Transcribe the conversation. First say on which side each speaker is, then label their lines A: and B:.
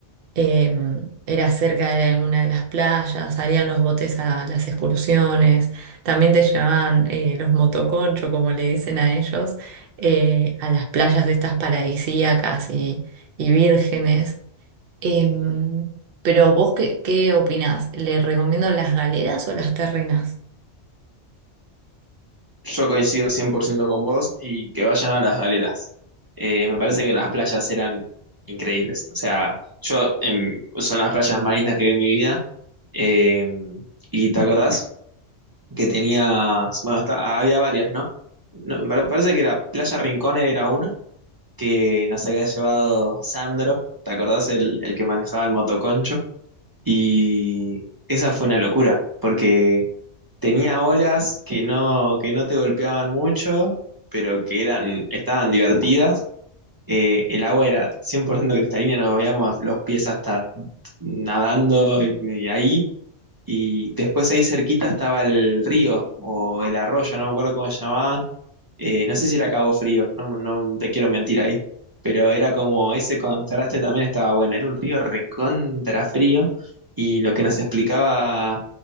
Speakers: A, on the right; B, on the right.
A: Eh, era cerca de una de las playas, salían los botes a las excursiones, también te llevaban eh, los motoconchos, como le dicen a ellos, eh, a las playas de estas paradisíacas y, y vírgenes. Em, pero vos, ¿qué, qué opinás? ¿Le recomiendo las galeras o las terrenas?
B: Yo coincido 100% con vos y que vayan a las galeras. Eh, me parece que las playas eran increíbles. O sea, yo em, son las playas marinas que vi en mi vida. Eh, y te acordás que tenías, bueno, está- había varias, ¿no? No, Me pare- parece que la Playa Rincón era una que nos había llevado Sandro. ¿Te acordás el, el que manejaba el motoconcho? Y esa fue una locura, porque tenía olas que no, que no te golpeaban mucho, pero que eran, estaban divertidas. Eh, el agua era 100% cristalina, nos veíamos los pies hasta nadando y, y ahí. Y después ahí cerquita estaba el río o el arroyo, no me acuerdo cómo se llamaban. Eh, no sé si era Cabo Frío, no, no te quiero mentir ahí. Pero era como ese contraste también estaba bueno. Era un río recontra frío y lo que nos explicaba